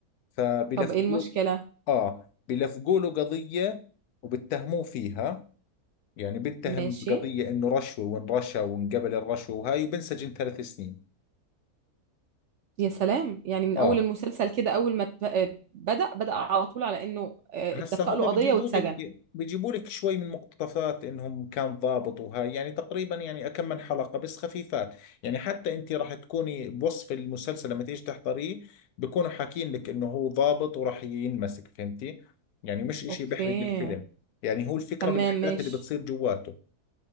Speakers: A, on the left; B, on the right.
A: فبلفظوه
B: <laughs> طب ايه المشكلة
A: آه بيلفقوا له قضية وبتهموه فيها يعني بنتهم
B: ماشي
A: بقضية إنه رشوة وإن رشى وانقبل الرشوة وهاي وبنسجن ثلاث سنين
B: يا سلام يعني من
A: آه
B: اول المسلسل كده اول ما ات- آه، بدأ بدأ على طول على انه آه،
A: هسا
B: اتلفق
A: هم
B: له قضية
A: بيجيبوا
B: واتسجن
A: لك بيجيبوا لك شوي من مقتطفات انهم كان ضابط وهاي يعني تقريبا يعني كم من حلقة بس خفيفات يعني حتى انت راح تكوني بوصف المسلسل لما تيجي تحضريه بكونوا حاكين لك انه هو ضابط وراح ينمسك فهمتي يعني مش اشي
B: اوكي
A: بيحرق الفيلم يعني هو الفكرة
B: تمام
A: بالاحداث
B: ماشي
A: اللي بتصير جواته